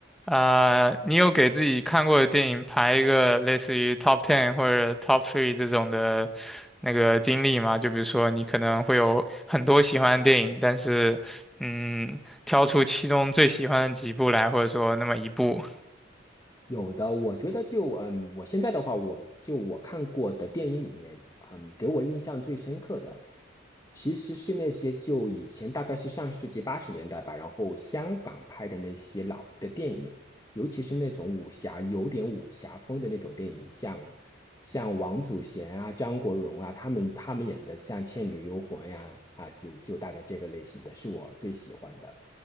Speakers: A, in the centre; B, on the left (about 20°).
A: 啊、你有给自己看过的电影排一个类似于 top ten 或者 top three 这种的那个经历吗？就比如说你可能会有很多喜欢的电影，但是嗯，挑出其中最喜欢的几部来，或者说那么一部。
B: 有的，我觉得就嗯，我现在的话，我就我看过的电影里面，嗯，给我印象最深刻的，其实是那些就以前大概是上世纪八十年代吧，然后香港拍的那些老的电影，尤其是那种武侠，有点武侠风的那种电影，像像王祖贤啊、张国荣啊，他们他们演的像《倩女幽魂》呀，啊，就就大概这个类型的是我最喜欢的，